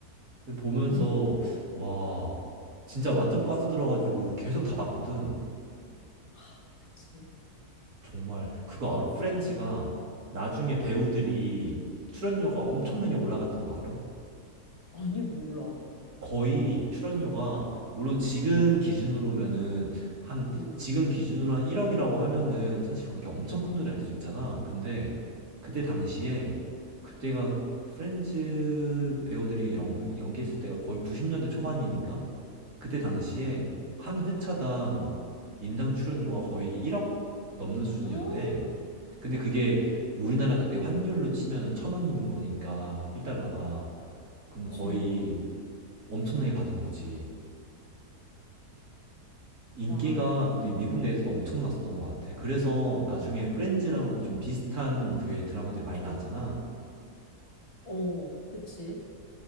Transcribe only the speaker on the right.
그래서 보면서
와, 진짜 완전 빠져들어가지고 계속 다 봤거든.
정말 그거 알아? 프렌즈가
나중에 배우들이 출연료가 엄청나게 올라갔던 거 알아?
거의 출연료가 물론 지금 기준으로면은 한
지금 기준으로 한 1억이라고 하면은 사실 그게 엄청
큰 돈이 아닐 수 있잖아. 근데 그때 당시에 그때가 프렌즈 배우들이 연극 연기했을 때가 거의 90년대 초반이니까 그때
당시에 한 회차당 인당 출연료가 거의 1억 넘는 수준이었대.
근데 그게 우리나라 그때 환율로 치면은 천 원인 거니까 1달러가 그럼
거의 엄청나게 받은 거지. 인기가
근데 미국 내에서도 엄청났었던 것 같아. 그래서 나중에 프렌즈랑 좀 비슷한 류의 드라마들이 많이 나왔잖아.